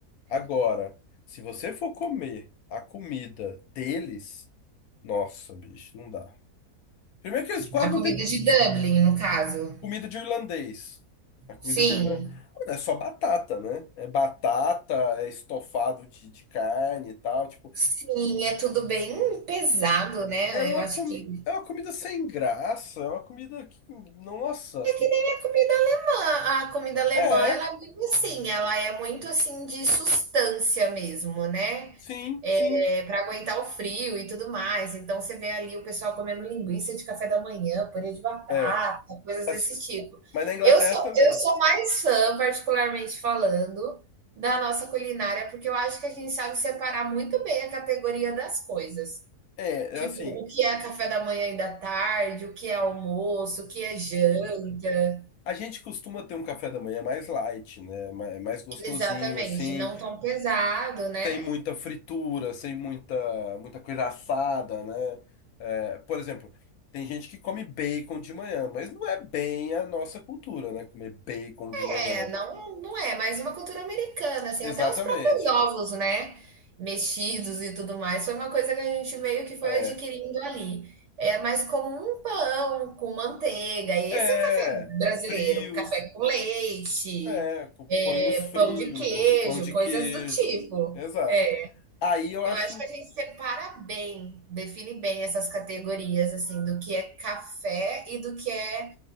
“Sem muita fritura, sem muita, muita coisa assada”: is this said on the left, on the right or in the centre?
Left